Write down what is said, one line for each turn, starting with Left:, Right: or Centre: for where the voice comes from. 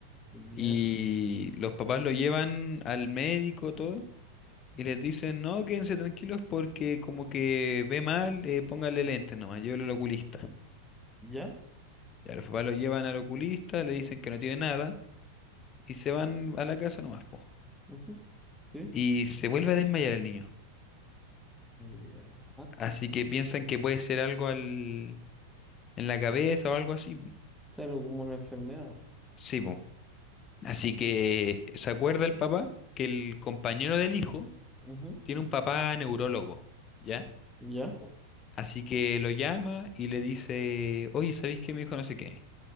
Centre: Ya,
Left: Y los papás lo llevan al médico, todo, y les dicen, no, quédense tranquilos porque como que ve mal, eh, póngale lentes nomás, llévelo al oculista.
Centre: ya,
Left: Ya los papás lo llevan al oculista, le dicen que no tiene nada, y se van a la casa nomás, po.
Centre: ujú, sí,
Left: Y se vuelve a desmayar el niño.
Centre: ya,
Left: Así que piensan que puede ser algo al... en la cabeza o algo así. po.
Centre: pero como una enfermedad,
Left: Sí, po. Así que se acuerda el papá que el compañero del hijo
Centre: ujú,
Left: tiene un papá neurólogo, ¿ya?
Centre: ya,
Left: Así que lo llama y le dice, oye, ¿sabéis que Mi hijo no sé qué.